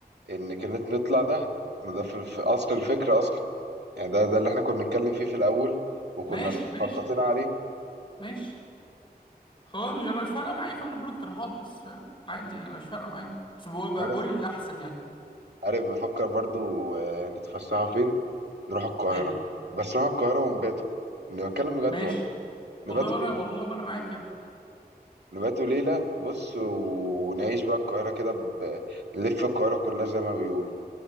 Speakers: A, on the right; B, on the left.
A: إن كانت نطلع دهب ما ده في, في أصل الفكرة أصلا يعني ده ده اللي إحنا كنا بنتكلم فيه في الأول وكنا
B: ماشي ماشي
A: مخططين عليه
B: ماشي خلاص مش- انا مش فارقه معايا فاهم انا بقول اقتراحات بس فاهم عادي انا مش فارقه معايا بس بقول بقول
A: عارف
B: الاحسن يعني
A: عارف بفكر برضو آه، نتفسحوا فين؟ نروح القاهرة
B: فاهم
A: بس نروح القاهرة ونباتوا أنا بتكلم بجد
B: ماشي
A: والله نباتوا
B: والله ولا
A: فين؟
B: والله وانا معاك يا ابني
A: نبات وليلة بص ونعيش بقى القاهرة كده ب- نلف القاهرة كلها زي ما بيقولوا